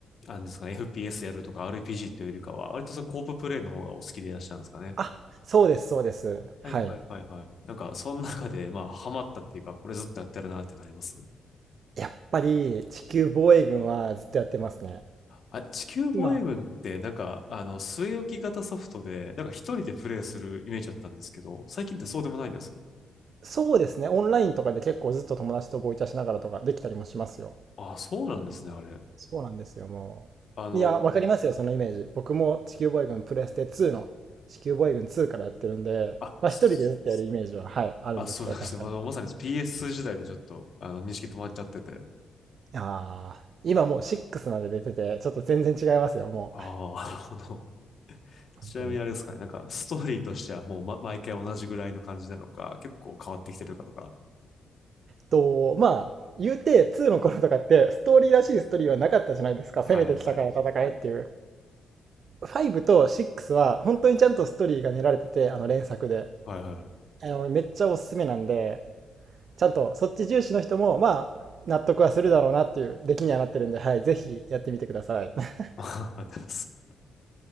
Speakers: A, on the left; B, on the right.
A: あんですかね、FPS やるとか RPG というよりかは、割とそのコーププレイの方がお好きでいらっしゃるんですかね。
B: あ、そうです、そうです。はい。
A: はいはいはいはい。なんか、その中で、まあ、ハマったっていうか、これずっとやってるなってなります。
B: やっぱり地球防衛軍はずっとやってますね。
A: あ、地球防衛軍って、
B: 今、
A: なんか、あの、据え置き型ソフトで、なんか一人でプレイするイメージだったんですけど、最近ってそうでもないんです。
B: そうですね、オンラインとかで結構ずっと友達とボイチャしながらとかできたりもしますよ。
A: あ、そうなんですね、あれ。
B: そうなんですよ、もう。
A: あの、
B: いや、わかりますよ、そのイメージ。僕も地球防衛軍プレステ2の、地球防衛軍2からやってるんで、
A: あ、
B: まあ一人でずっとやるイメージは、
A: すす
B: はい、あるんですけど、
A: あ、そうなんですね。
B: 確かに。
A: あの、まさに PS 時代でちょっと、あの、認識止まっちゃってて。
B: ああ、今もう6まで出てて、ちょっと全然違いますよ、もう。
A: ああ、なるほど。
B: 本当に。
A: ちなみにあれですかね、なんか、ストーリーとしてはもう、ま、毎回同じぐらいの感じなのか、結構変わってきてるかとか。
B: と、まあ、言うて2の頃とかって、ストーリーらしいストーリーはなかったじゃないですか。
A: はいはいはい。
B: 攻めてきたから戦えっていう。5と6は本当にちゃんとストーリーが練られてて、あの連作で。
A: はいはいはい。
B: あの、めっちゃおすすめなんで、ちゃんとそっち重視の人も、まあ、納得はするだろうなっていう出来にはなってるんで、はい、ぜひやってみてください。<laughs>
A: <laughs>